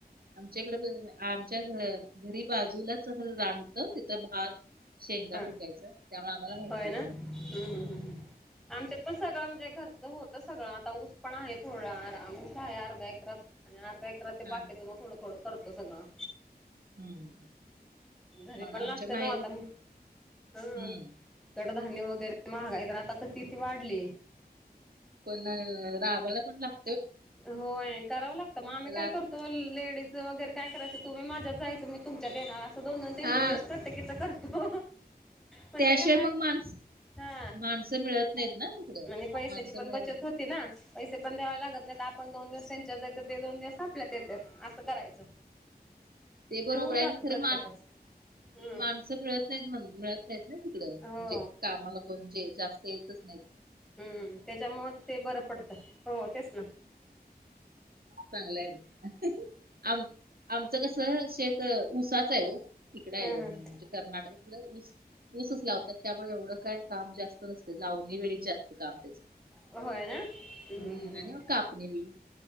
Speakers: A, on the right; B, in the centre.
A: आमच्याकडे आमच्या घ घरी बाजूलाच रान त तिथं भात, शेंगा
B: हं
A: पिकायच त्यामुळे आम्हाला माहितीये.
B: होय ना हम्म आमच्यात पण सगळं म्हणजे घर होत सगळं आता ऊस पण आहे थोडं ऊस आहे अर्धा एकरात आणि अर्धा एक तर ते
A: हा
B: बाकीचं मग थोडं थोडं करतो सगळं.
A: हम्म.
B: घरी
A: मग
B: पण लागत
A: आमच्या माहेरी
B: ना आता.
A: पण
B: हं
A: हम्म
B: कडधान्य वगैरे महागाय तर आता क तिथती वाढली.
A: पण राबाला पण लाग
B: होय करावं लागतं म आम्ही काय
A: राब
B: करतो लेडीज वगैरे काय करायचं तुम्ही माझ्यात जायचं मी तुमच्या ते ना असं दोन दोन तीन
A: हा
B: तीन दिवस प्रत्येकीच करतो म्हणजे
A: त्याशिवाय
B: कस आहे
A: मग
B: आपली
A: माणस
B: हा
A: माणसं मिळत नाहीत ना तिकडं
B: आणि पैशची
A: माणसं
B: पण
A: मिळत
B: बचत
A: नाही
B: होती. ती ना पैसे पण द्यावे लागत नाहीत. आपण दोन दिवस सेचर जायचं ते दोन दिवस आपल्यात येत्यात असं करायचं. म्हणजे
A: ते बरोबर
B: होऊन
A: आहे
B: जातो
A: खर
B: प्रत्येकाच
A: म
B: हम्म
A: माणसं मिळत नाहीत म्हण मिळत नाहीत ना तिकड म्हणजे
B: हो
A: कामाला. कोणजे जास्त येतच नाही.
B: हम्म त्याच्यामुळे ते बरं पडतं हो तेच ना.
A: चांगलंय आम आमचं कस च शेत ऊसाच आहे हो तिकड आहे
B: हम्
A: म्हणजे
B: हम
A: कर्नाटक ऊस ऊसच लावतात त्यामुळे एवढं काय काम जास्त नसतय लावनी वेळी जास्त काम त्याच.
B: होय ना हम्म,
A: हम्
B: हम्म, हम्म,
A: आणि
B: हम्म.
A: मग कापणी वेळी.